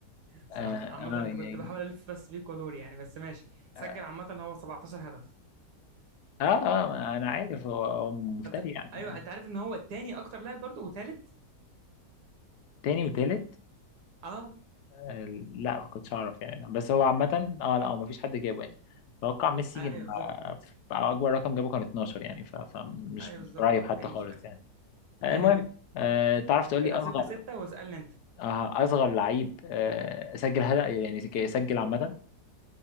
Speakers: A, on the right; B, on the left.
A: صح
B: آه،
A: عامة
B: يعني
A: كنت بحاول الف بس بيك ودوري يعني بس ماشي سجل
B: اه
A: عامة هو 17 هدف
B: اه آه، ما انا عارف هو هو مفتري
A: طب-
B: يعني
A: ايوه انت عارف ان هو التاني اكتر لاعب برضه وثالث
B: تاني وتالت
A: اه
B: آه لا ما كنتش اعرف يعني بس هو عامة اه لا هو ما فيش حد جابه يعني اتوقع ميسي
A: ايوه
B: لما
A: بالظبط
B: اكبر رقم جابه كان 12 يعني ف- فمش
A: ايوه
B: مش
A: بالظبط
B: قريب حتى
A: بعيد
B: خالص
A: شويه
B: يعني آه
A: ايوه
B: المهم آه تعرف تقول
A: كده
B: لي اصغر
A: ستة ستة واسألني انت
B: آه اصغر لعيب آه سجل هدف يعني ك- سجل عامة